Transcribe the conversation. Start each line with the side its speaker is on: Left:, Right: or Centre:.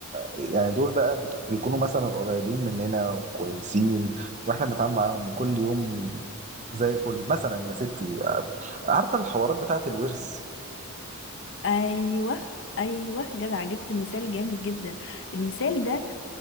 Right: يعني دول بقى بت- بيكونوا مثلا قريبين مننا وكويسين واحنا بنتعامل معاهم كل يوم زي الفل مثلا يا ستي آه، عارفه الحوارات بتاعت الورث
Left: أيوه أيوه جدع جبت مثال جامد جدا المثال ده